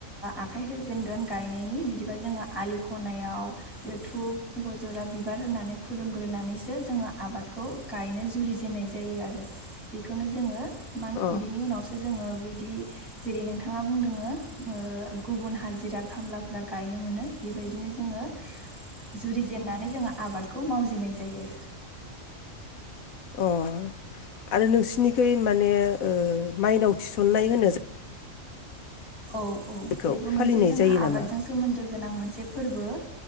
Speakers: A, in the centre; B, on the left.
A: आखाइ होजेनगोन गायनायनि बिदि जोङो आलि खनायाव बे धुप गर जरा बिबार होनानै खुलुमग्रोनानैसो जोङो आबादखौ गायनो जुरिजेेननाय जायो आरो बेखौनो जोङो मान
B: अ
A: बिनि उनावसो जोङो बिदि जेरै नोंथाङा बुंदों ओ गुबुन हाजिरा खामलाफोरा गायनो मोनो बेबायदिनो जोङो जुरि जेननानै जोंङो आबादखौ मावजेननाय जायो।
B: अह आरो नोंसिनिखै माने ओ माइनाव थिसननाय होनो
A: औ औ
B: जायखौ
A: बेबो
B: फालिनाय
A: मोनसे जोंहा
B: जायो नामा
A: आबादजों सोमोन्दो गोनां मोनसे फोरबो